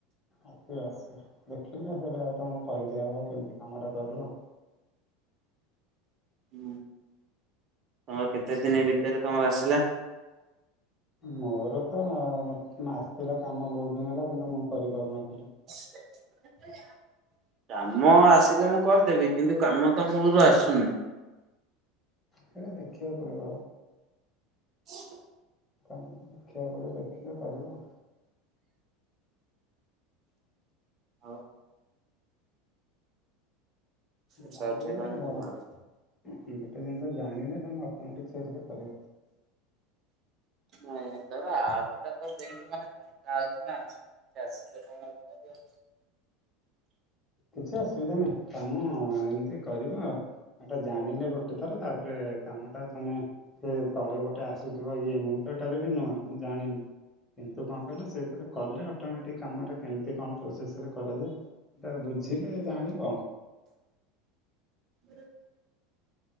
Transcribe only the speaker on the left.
ଆସିବ ଆସିବ ଦେଖିଲେ ସେଇଟା ତମକୁ କହିଦିଆହବ କେମିତି କାମଟା କରିବ।
ମୋର ତ ମାସିଥିଲା କାମ ବହୁତ ଦିନ ହେଲା କିନ୍ତୁ ମୁଁ କରିପାରୁନଥିଲି।
ସେଇଟା ଦେଖିବାକୁ ପଡିବ।
ଦେଖିବାକୁ ପଡ଼ିବ ଦେଖିଲେ କରିବ।
ଜାଣିଲେ
ଭ
ଗୋଟେ ଜିନିଷ ଜାଣିଲେ ତମେ ଅଟୋମେଟିକ ସେଇଥିରେ କରିବ।
କିଛି ଅସୁବିଧା ନାହିଁ କାମ ଏମିତି କରିବ ଆଉ। ଏଟା ଜାଣିଲେ ଗୋଟେ ଥର ତାପରେ କାମ ଟା ତମେ ସେ ତଳେ ଗୋଟେ ଆସୁଥିବ ଇଏ ମୁଁ ତ ଏଠାରେ ବି ନୁଆ ମୁଁ ଜାଣିନି। କିନ୍ତୁ କଣ କହିଲ ସେଇଥିରେ କଲେ ଅଟୋମେଟିକ୍ କାମଟା କେମିତି କଣ ପ୍ରୋସେସରେ କରାଯାଏ ସେଟା ବୁଝିଲେ ଜାଣିବ।